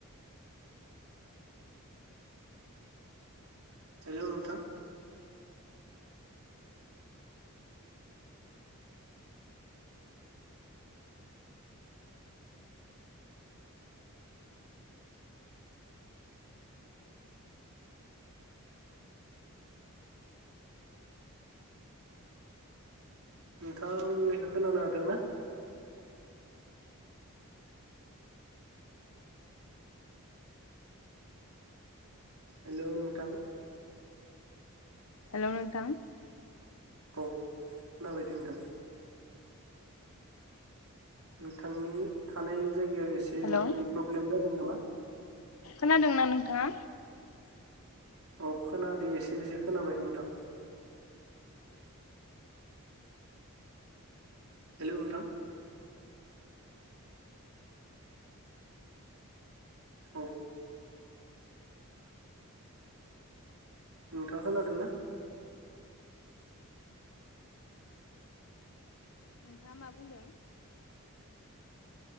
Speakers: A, on the right; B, on the left.
A: हेल नोंथां नोंथांङा आं बुंनायखो खोनानो हादों ना? हेल नोंथां
B: हेल नोंथां
A: औ खोनाबायदे नोंथां नोंथांनि थानाय जायगाया एसे
B: हेलौ
A: नेटनि प्रब्लेम जादों नामा?
B: खोनादोंना नोंथाङा
A: औ खोनादे एसे एसे खोनाबाय नोंथां हेल नोंथां औ नोंथाङा खोनादोंना
B: नोंथाङा मा बुंदों